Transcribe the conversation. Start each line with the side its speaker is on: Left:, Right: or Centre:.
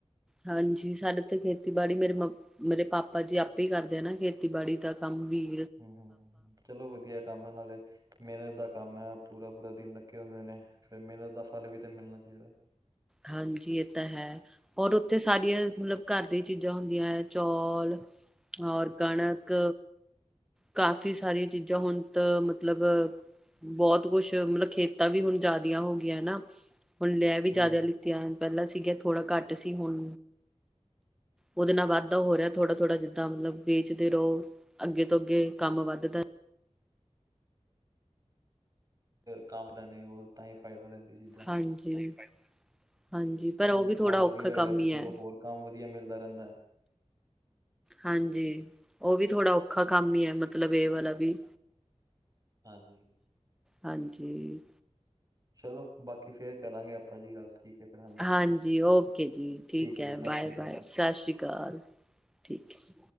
Centre: ਹਾਂਜੀ, ਸਾਡੇ ਤੇ ਖੇਤੀਬਾੜੀ ਮੇਰੇ ਮ ਮੇਰੇ ਪਾਪਾ ਜੀ ਆਪੇ ਈ ਕਾਰਦੇ ਆ ਨਾ, ਖੇਤੀਬਾੜੀ ਦਾ ਕਾੰਮ ਵੀ।
Right: ਹੂ,,, ਚਲੋ ਵਦੀਆ ਕਾੰਮ ਐ ਨਾਲੇ ਮੇਨਤ ਦਾ ਕਾੰਮ ਐ, ਪੂਰਾ-ਪੂਰਾ ਦਿਨ ਲੱਗੇ ਹੋਂਦੇ ਨੇ, ਫੇਰ ਮੇਨਤ ਦਾ ਫਲ ਵੀ ਤਾਂ ਮਿਲਨਾ ਚਾਈਦੈ।
Centre: ਹਾਂਜੀ, ਏ ਤਾਂ ਹੈ। ਹੋਰ ਓਥੇ ਸਾਰੀਆਂ, ਮਤਲਬ ਘਾਰ ਦੀਆਂ ਚੀਜਾ ਹੁੰਦੀਆਂ ਨੇ ਚੌਲ ਹੋਰ ਕਣਕ ਕਾਫ਼ੀ ਸਾਰੀਆਂ ਚੀਜ਼ਾਂ ਹੁਣ ਤਾਂ ਮਤਲਬ ਬੌਤ ਕੋਸ਼ ਮਲਬ ਖੇਤਾਂ ਵੀ ਹੁਨ ਜਾਦੀਆਂ ਹੋ ਗੀਆਂ ਨਾ, ਹੁਣ ਲੈ ਵੀ
Right: ਹਮ
Centre: ਜਾਦਾ
Right: ਹਮ।
Centre: ਲਿੱਤੀਆਂ। ਪਹਿਲਾਂ ਸੀਗਾ ਥੋੜਾ ਘੱਟ ਸੀ ਹੁਣ ਉਹਦੇ ਨਾਲ ਵੱਧਦਾ ਹੋ ਰਿਹਾ ਥੋੜਾ ਥੋੜਾ ਜਿੱਦਾਂ ਮਤਲਬ ਵੇਚਦੇ ਰਹੋ ਅੱਗੇ ਅੱਗੇ ਕਾੰਮ ਵਾਦਦਾ।
Right: ਕਾੰਮ ਦਾ ਨੀ ਓਲ ਤਾਂ ਈ ਫਾਏਦਾ ਦੇਂਦੀ ਚੀਜਾ।
Centre: ਹਾਂਜੀ ਹਾਂਜੀ ਪਰ
Right: ਹੂ
Centre: ਉਹ ਵੀ ਥੋੜ੍ਹਾ
Right: ਕੰਮ ਵਧੀਆ
Centre: ਔਖਾ
Right: ਹੋਏਗਾ
Centre: ਕੰਮ
Right: ਤੇ
Centre: ਹੀ
Right: ਚਲੋ
Centre: ਹੈ
Right: ਹੋਰ ਕੰਮ ਵਧੀਆ ਮਿਲਦਾ ਰਹਿੰਦਾ
Centre: ਹਾਂਜੀ, ਓ ਵੀ ਥੋੜਾ ਓਖਾ ਕਾੰਮ ਈ ਐ ਮਤਲਬ ਏ ਵਾਲਾ ਵੀ।
Right: ਹਾਂਜੀ
Centre: ਹਾਂਜੀ
Right: ਚਲੋ ਬਾਕੀ ਫੇਰ ਕਰਾਂਗੇ ਆਪਾਂ ਜੀ ਗੱਲ ਠੀਕ ਹੈ ਫਿਰ
Centre: ਹਾਂਜੀ, ਓਕੇ ਜੀ। ਠੀਕ
Right: ਹੈ
Centre: ਐ,
Right: ਜੀ ਸਤਿ
Centre: ਬਾਏ-ਬਾਏ
Right: ਸ਼੍ਰੀ ਅਕਾਲ ਜੀ
Centre: ਸਾਸੀ ਕਾਲ ਠੀਕ ਐ।